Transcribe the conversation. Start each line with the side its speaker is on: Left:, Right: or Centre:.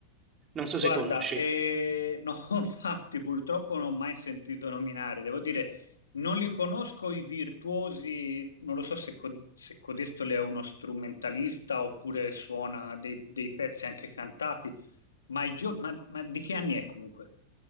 Right: Non so
Left: Guarda,
Right: se conosci,
Left: eh, no, <laughs> infatti purtroppo non ho mai sentito nominare, devo dire, non li conosco i virtuosi, non lo so se, co- se Codesto le è uno strumentalista oppure suona dei, dei pezzi anche cantati, ma, i gio- ma- ma di che anni è comunque?